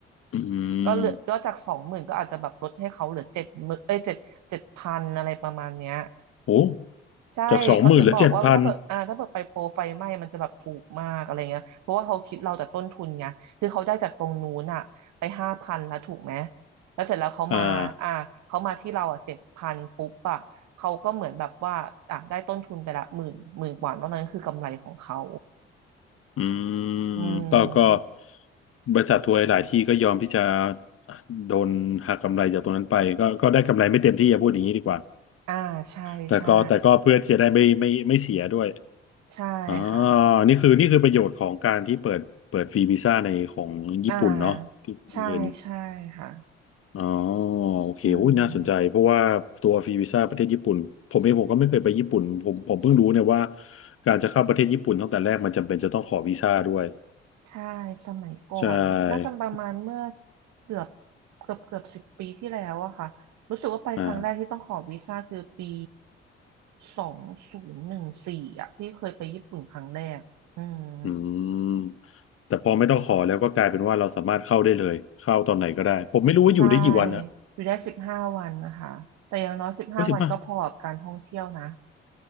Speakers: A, on the left; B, on the right.
A: อื
B: ก็เหลือก็จากสองหมื่นก็อาจจะแบบลดให้เขาเหลือเจ็ดหมื่นเอ้ยเจ็ดเจ็ดพันอะไรประมาณเนี้ย
A: มโอ้
B: ใช่เขาถึงบอกว่าถ้าเปิดอ่าถ้าเปิดไปโปรไฟไหม้มันจะแบบถูกมากอะไรเงี้ยเพราะว่าเขาคิดเราแต่ต้นทุนไงคือเขาได้จากตรงนู้นอ่ะไปห้าพันแล้วถูกไหม
A: จากสองหมื่นเหลือเจ็ดพัน
B: แล้วเสร็จแล้วเขามาอ่าเขามาที่เราอ่ะเจ็ดพันปุ๊บอ่ะเขาก็เหมือนแบบว่าอ่ะได้ต้นทุนไปละหมื่นหมื่นกว่าแล้วนั้นคือกำไรของเขา
A: อ่า อืม
B: อื
A: ก็ก็
B: ม
A: บริษัททัวร์หลายที่ก็ยอมที่จะโดนหักกำไรจากตรงนั้นไปก็ก็ได้กำไรไม่เต็มที่อย่าพูดอย่างนี้ดีกว่า
B: อ่าใช่ใช่
A: แต่ก็แต่ก็เพื่อที่จะได้ไม่ไม่ไม่เสียด้วย
B: ใช่ค่ะ
A: อ๋อนี่คือนี่คือประโยชน์ของการที่เปิดเปิดฟรีวีซ่าในของญี่ปุ่นเนาะที่เรียน
B: อ่าใช่ใช่ค่ะ
A: อ๋อโอเคโอ้ยน่าสนใจเพราะว่าตัวฟรีวีซ่าประเทศญี่ปุ่นผมเองผมก็ไม่เคยไปญี่ปุ่นผมผมเพิ่งรู้เนี่ยว่า
B: อืม
A: การจะเข้าประเทศญี่ปุ่นตั้งแต่แรกมันจำเป็นจะต้องขอวีซ่าด้วย
B: ใช่สมัยก่อนน่าจะประมาณเมื่อ
A: ใช่
B: เกือบเกือบเกือบสิบปีที่แล้วอะค่ะรู้สึกว่าไปครั้งแรกที่ต้องขอวีซ่าคือปี
A: อ่า
B: สองศูนย์หนึ่งสี่อะที่เคยไปญี่ปุ่นครั้งแรกอืม
A: อืมแต่พอไม่ต้องขอแล้วก็กลายเป็นว่าเราสามารถเข้าได้เลยเข้าตอนไหนก็ได้ผมไม่รู้ว่าอยู่ได้กี่วันนะ
B: ใช่อยู่ได้สิบห้าวันนะคะแต่อย่างน้อยสิบห้าวันก็พอกับการท่องเที่ยวนะ
A: ว่าสิบห้า